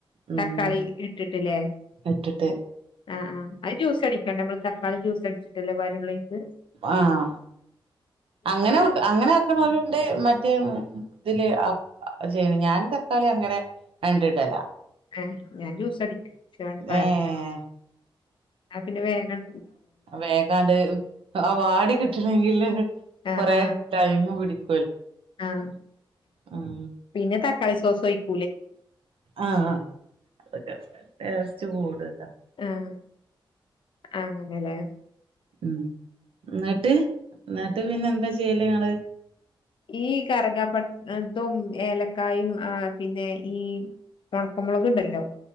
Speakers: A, on the right; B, on the left.
A: ഉം
B: തക്കാളി ഇട്ടിട്ടില്ലേ
A: ഇട്ട്ട്ട്
B: ആഹ് ആഹ് അത് ജ്യൂസടിക്കണ്ടെ അമ്മള് തക്കാളി ജ്യൂസ്സടിച്ചിട്ടല്ലെ പാരൊള്ളൊയിലിക്ക്
A: ആഹ് അങ്ങനെ <unintelligible> അങ്ങനെ ആക്കണോലും ഉണ്ട് മറ്റേ <unintelligible> തില് ആ ചെയ്യ്ണ ഞാന് തക്കാളി അങ്ങനെ ആണ്ട്ടലാ
B: ആഹ് ഞാൻ ജ്യൂസ്സടിക്കും <unintelligible>
A: ഏഹ്
B: ആ പിന്നെ വേകം
A: വേകാണ്ട് അത് വാടി കിട്ടണേങ്കില്
B: ആഹ്
A: കൊറേ
B: ആഹ്
A: ടൈമ് പിടിക്ക്
B: ആഹ്
A: ആഹ്
B: പിന്നെ തക്കാളി ശോസൊയ്ക്ക്
A: ആഹ് ആഹ് അതൊക്കെ ടേസ്റ്റ് കൂടാ
B: ആഹ് ആഹ് അങ്ങനെലെ
A: ഉം ഇന്ന്ട്ട് ഇന്ന്ട്ട് പിന്നെന്താ ചിയ്യല് ങ്ങള്
B: ഈ കരകാപട്ട് തും ഏലക്കായും ആഹ് പിന്നെ ഈ ഒണക്ക മൊളക്ണ്ടല്ലോ